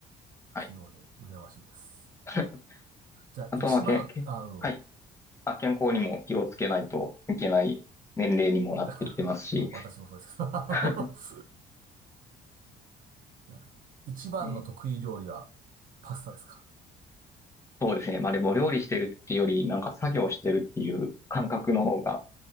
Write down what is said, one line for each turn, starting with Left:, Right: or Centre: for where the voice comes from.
Left: はい。
Right: 器用で羨ましいです。
Left: <laughs>
Right: じゃあ、
Left: あとはけ、
Right: 一番、
Left: け、
Right: あ、うん。
Left: はい。あ、健康にも気をつけないといけない年齢にもなってきてますし。
Right: <laughs> まあ、私もそうですけど。
Left: <laughs>
Right: <laughs> じゃあ一番の得意料理は
Left: ね
Right: パスタですか
Left: そうですね。まあでも料理してるっていうより、なんか作業してるっていう感覚の方が、